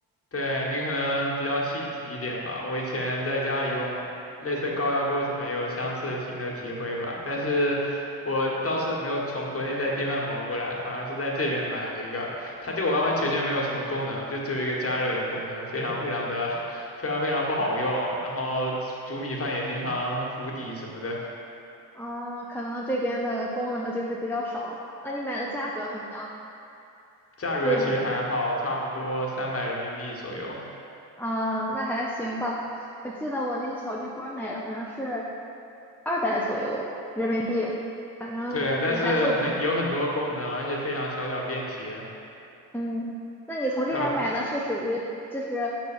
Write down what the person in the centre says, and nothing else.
啊、可能这边的功能就是比较少。那你买的价格怎么样？
贵吗？
啊、那还行吧。我记得我那个小绿锅买的好像是二百左右人民币，反正也还凑合。
嗯，那你从这边儿买的是属于就是